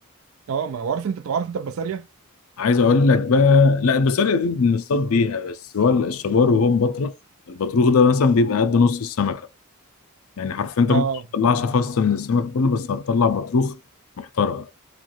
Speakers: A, on the right (about 65°); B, on the left (about 70°).
A: اه ما هو عارف انت بتبقى عارف انت البسارية
B: عايز اقول لك بقى لا البسارية دي بنصطاد بيها بس هو الشبار وهو مبطرخ البطروخ ده مثلا بيبقى قد نص السمكة يعني حرفيا انت
A: اه
B: ممكن ما تطلعش فص من السمك كله بس هتطلع بطروخ محترم